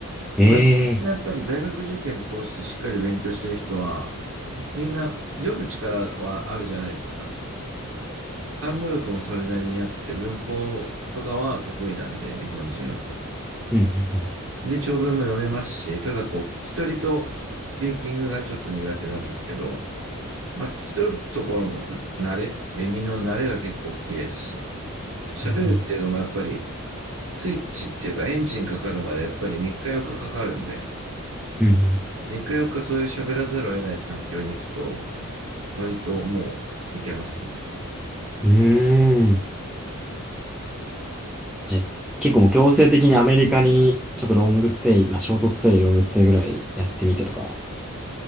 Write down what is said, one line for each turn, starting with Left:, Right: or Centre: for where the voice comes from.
Centre: ええー
Right: 割とやっぱり大学受験通してしっかり勉強してる人は、みんな読む力はあるじゃないですか。単語力もそれなりにあって、文法とかは得意なんで、日本人は。
Centre: うん。
Right: で、長文も読めますし、ただこう、聞き取りとスピーキングがちょっと苦手なんですけど、まあ、聞き取るところも慣れ、耳の慣れが結構大きいですし、喋るっていうのもやっぱり、
Centre: うんうんうんうん。
Right: スイッチっていうかエンジンかかるまでやっぱり3日4日かかかるんで、
Centre: うんうんうん。
Right: 3日4日そういう喋らざるを得ない環境に行くと、割ともういけますね。
Centre: うんうんじゃ、結構もう強制的にアメリカにちょっとロングステイ、まあショートステイ、ロングステイぐらいやってみてとか。